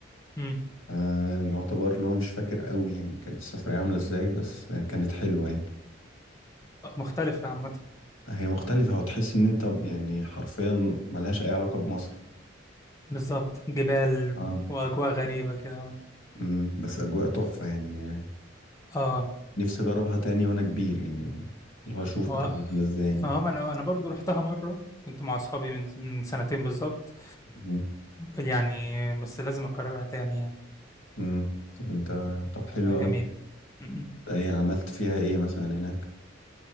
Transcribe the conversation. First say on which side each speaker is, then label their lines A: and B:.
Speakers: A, on the left; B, on the left.
A: امم
B: آه، يعتبر اللي هو مش فاكر قوي يعني كانت السفرية عاملة ازاي بس آه، كانت حلوة يعني
A: مختلفة عامة
B: هي مختلفة وتحس إن أنت يعني حرفيا ملهاش أي علاقة بمصر
A: بالظبط جبال
B: اه
A: وأجواء غريبة كده
B: أمم، بس أجواء تحفة يعني
A: اه
B: نفسي أجربها تاني وأنا كبير يعني اللي هو أشوف
A: هو
B: هتبقى عاملة إزاي يعني.
A: اه ما انا انا برضو رحتها مرة كنت مع اصحابي من من سنتين بالظبط
B: مم.
A: يعني بس لازم اكررها تاني يعني
B: أمم، طب أنت طب حلو
A: بقى جميلة
B: أوي
A: مم.
B: أنت إيه عملت فيها إيه مثلا هناك؟